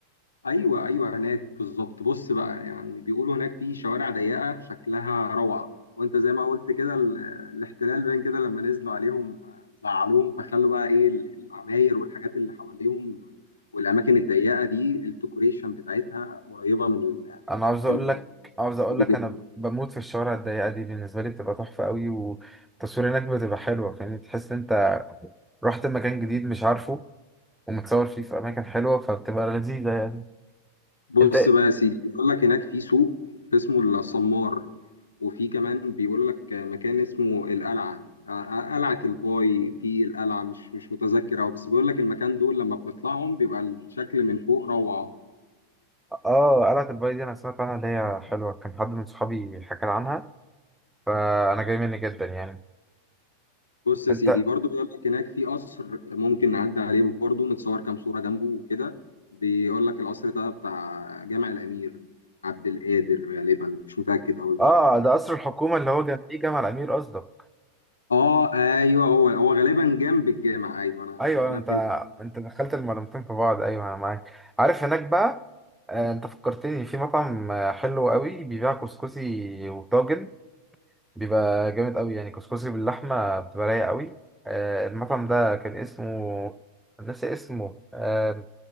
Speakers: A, on the left (about 70°); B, in the centre.
A: أيوه أيوه هناك بالظبط بص بقى يعني بيقولوا هناك في شوارع ضيقة شكلها روعة وأنت زي ما قلت كده ال- الاحتلال باين كده لما نزلوا عليهم زعلوهم فخلوا بقى إيه ال- العماير والحاجات اللي حواليهم والأماكن الضيقة دي الديكوريشن بتاعتها قريبة من ال-
B: انا عاوز اقول
A: ال-
B: لك عاوز اقول
A: دي
B: لك
A: جدا
B: انا بموت في الشوارع الضيقه دي بالنسبه لي بتبقى تحفه قوي والتصوير هناك بتبقى حلوه فاهمني تحس إن انت رحت مكان جديد مش عارفه ومتصور فيه في أماكن حلوة فبتبقى لذيذة يعني
A: بص
B: أنت
A: بقى يا سيدي بيقول لك هناك في سوق اسمه الصمار وفي كمان بيقول لك مكان اسمه القلعة آه، آه، قلعة الباي في القلعة مش مش متذكر أوي بس بيقول لك المكان دول لما بنطلعهم بيبقى الشكل من فوق روعة
B: آه قلعة الباي دي أنا سمعت عنها اللي هي حلوة كان حد من صحابي حكى لي عنها فأنا جاي مني جدا يعني
A: بص يا
B: أنت
A: سيدي برضو بيقول لك هناك في قصر ممكن نعدي عليه برضو نتصور كام صورة جنبه وكده بيقول لك القصر ده بتاع جامع الأمير عبد القادر غالبا مش متأكد أوي برضو
B: آه ده قصر الحكومة اللي هو جنبيه جامع الأمير قصدك
A: اه ايوه هو هو غالبا جنب الجامع ايوه انا
B: أيوه أيوه،
A: انا
B: أنت
A: فهمت
B: أنت دخلت المعلومتين في بعض أيوه أنا معاك عارف هناك بقى آه، أنت فكرتني في مطعم آه، حلو قوي بيبيع كسكسي وطاجن بيبقى جامد قوي يعني كسكسي باللحمة بتبقى رايقة قوي آه، المطعم ده كان اسمه ناسي اسمه آه،